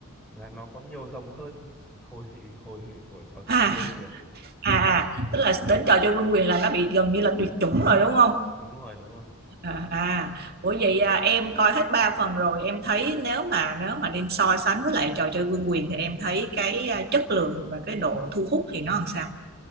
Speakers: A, in the centre; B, on the right.
A: là nó có nhiều dòng hơn <laughs> hồi hồi của trò chơi
B: À
A: Vương quyền
B: à à,
A: và
B: tức là đến trò chơi vương quyền là nó bị gần như là tuyệt chủng rồi đúng không?
A: đúng rồi đúng rồi
B: À, à, ủa vậy à, em coi hết ba phần rồi em thấy nếu mà nếu mà đem so sánh với lại trò chơi vương quyền thì em thấy cái à, chất lượng và cái độ thu hút thì nó làm sao?